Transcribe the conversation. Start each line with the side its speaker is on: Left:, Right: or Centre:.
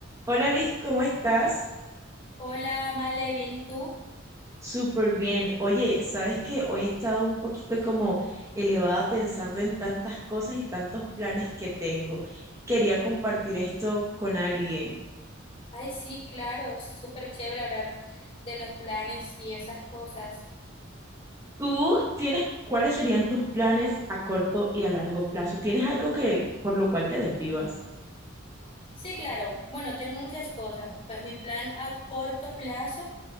Right: Hola Liz, ¿cómo estás?
Left: Hola, Male, ¿bien y tú?
Right: Súper bien. Oye, ¿sabes qué? Hoy he estado un poquito como elevada pensando en tantas cosas y tantos planes que tengo. Quería compartir esto con alguien.
Left: Ay, sí, claro, súper chévere hablar de los planes y esas cosas.
Right: ¿Tú tienes cuáles serían tus planes a corto y a largo plazo? ¿Tienes algo que por lo cual te desvivas?
Left: Sí, claro, bueno, tengo muchas cosas. Pues mi plan a corto plazo